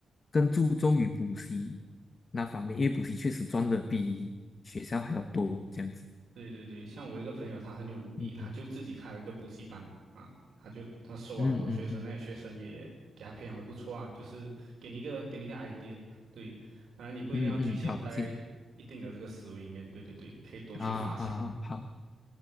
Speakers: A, on the left; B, on the right.
A: 更注重于补习那方面，因为补习确实赚的比学校还要多，这样子，
B: 对对对，像我一个朋友，他很有能力，
A: 嗯嗯
B: 他就自己开了一个补习班啊，他就他收啊很多学生，
A: 嗯嗯嗯
B: 那些学生也给他培养的不错啊，就是给你一个给你一个 idea，对，当然你不一定要局限在
A: 嗯嗯，好，谢
B: 一定的这个思维里面，对对对，可以多去发想嘛，
A: 啊啊啊，好。